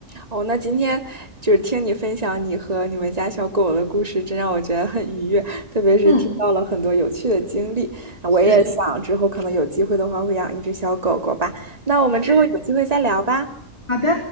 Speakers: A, on the right; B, on the left.
A: 哦，那今天就是听你分享你和你们家小狗的故事，真让我觉得很愉悦，特别是听到了很多有趣的经历。
B: 嗯，
A: 我也想之后可能有机会的话会养一只小狗狗吧。
B: 是，
A: 那我们之后有机会再聊吧。
B: 对，好的。